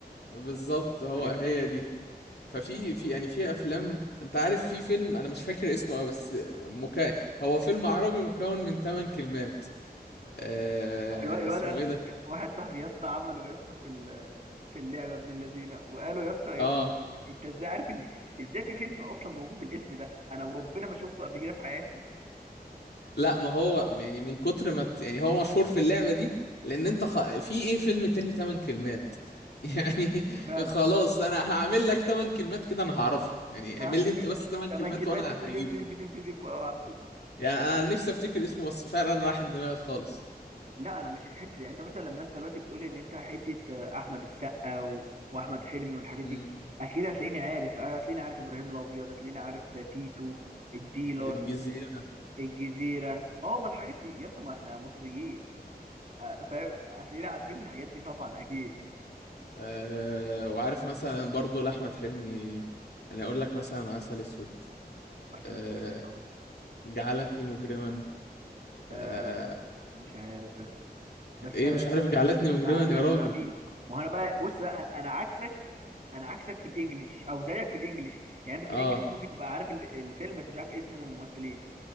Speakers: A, on the left; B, on the right.
A: بالظبط هو
B: عارفها
A: هي
B: اه
A: دي ففي في يعني في افلام انت عارف في فيلم انا مش فاكر اسمه أوي، بس مكا... هو فيلم عربي مكون من 8 كلمات آه...
B: الواد الواد
A: اسمه
B: انس
A: ايه ده
B: واحد صاحبي يا اسطى عمله يا اسطى في ال- في اللعبه ابن اللذينه وقالوا يا اسطى يا
A: اه
B: اسطى انت ازاي عارف ان ازاي في فيلم اصلا موجود بالاسم ده انا وربنا ما شفته قبل كده في حياتي
A: لا ما هو يعني من كتر ما ت- يعني هو مشهور في اللعبة دي لأن أنت خ... في إيه فيلم تاني تمن كلمات <laughs> يعني
B: مم. فاهمك
A: خلاص أنا هعمل لك تمن كلمات كده أنا هعرفه يعني
B: فاهمك
A: اعمل لي أنت
B: أيوة.
A: بس تمن
B: تمن
A: كلمات
B: كلمات
A: وأنا
B: دب
A: هجيبه
B: دب دب دب دب اه على طول
A: يعني أنا نفسي أفتكر اسمه بس فعلا راح من دماغي خالص
B: لا انا مش في حته دي. يعني انت مثلا لما انت دلوقتي بتقول ان انت حته آه، احمد السقا و... واحمد حلمي والحاجات
A: مم.
B: دي اكيد هتلاقيني عارف هتلاقيني عارف ابراهيم الابيض هتلاقيني عارف تيتو الديلر
A: الجزيرة
B: الجزيرة اه ما الحاجات دي يا اسطى ما احنا مصريين آه، فاهم هتلاقينا عارفين الحاجات دي طبعا اكيد
A: أه وعارف مثلا برضو لأحمد حلمي أنا أقول لك مثلا عسل أسود
B: آه، الفيلم
A: أه
B: ده جامد قوي
A: جعلتني مجرما
B: آه
A: أه
B: مش عارف ده بس
A: إيه
B: أنا
A: مش عارف جعلتني مجرما
B: مع مين
A: يا راجل
B: مع مين ما هو انا بقى بص بقى انا عكسك انا عكسك في الانجليش او زيك في الانجليش يعني انت في
A: اه
B: الانجليش ممكن تبقى عارف الف- الفيلم بس مش عارف اسمه والممثلين